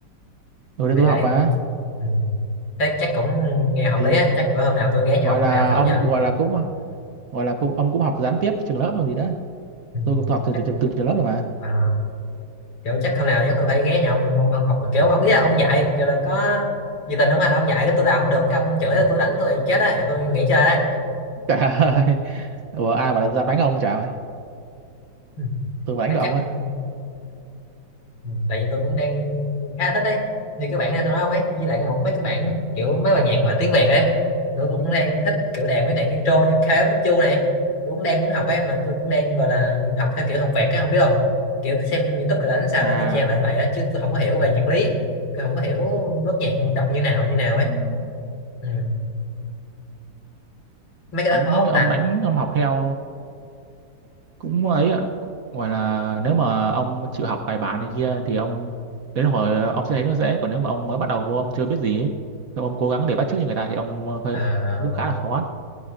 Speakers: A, on the right; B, on the left.
A: ừ
B: thì
A: đấy tôi
B: đấy
A: học mà
B: ừ. thế chắc cũng nghe hợp
A: thì
B: lý á
A: ờ,
B: chắc bữa hôm nào tôi ghé nhà
A: gọi
B: ông
A: là
B: tôi học thử
A: ông
B: nha
A: gọi là cũng gọi là cũng ông cũng học gián tiếp trường lớp còn gì đó
B: Ừ.
A: tôi cũng tôi học từng
B: chắc
A: từng, từng trường lớp rồi mà
B: à, kiểu chắc hôm nào chắc tôi phải ghé nhà ông ông, ông học rồi kiểu ông ý là ông dạy kiểu là có nhiệt tình không hay là ông dạy cái tôi làm không được cái ông chửi tôi đánh tôi chết đấy tôi nghỉ chơi đấy
A: <laughs> trời ơi ủa ai mà dám đánh ông trời ơi
B: ừ.
A: tôi mà đánh
B: Thế
A: được
B: chắc
A: ông á
B: ừ, ừ, tại vì tôi cũng đang khá thích ấy như cái bản này tôi nói không ấy với lại một mấy cái bản kiểu mấy bài nhạc mà tiếng Việt ấy kiểu tôi cũng đang thích kiểu đàn mấy đàn intro như KF Love You này tôi cũng đang muốn học ấy mà tôi cũng đang gọi là học theo kiểu học vẹt ấy không biết không kiểu xem YouTube rồi đánh sao
A: à
B: đánh y chang lại vậy á chứ tôi không có hiểu về nhạc lý tôi không có hiểu nốt nhạc đọc như nào như nào
A: ừm,
B: ấy ừ. mấy cái đó
A: đánh
B: khó không
A: ông
B: ta
A: đánh ông học theo cũng ấy ạ cũng gọi là nếu mà ông chịu học bài bản này kia thì ông đến hồi ông sẽ thấy nó dễ còn nếu mà ông mới bắt đầu vô ông chưa biết gì ấy xong ông cố gắng để bắt chước như người ta thì ông ờ, hơi
B: à,
A: cũng khá là khó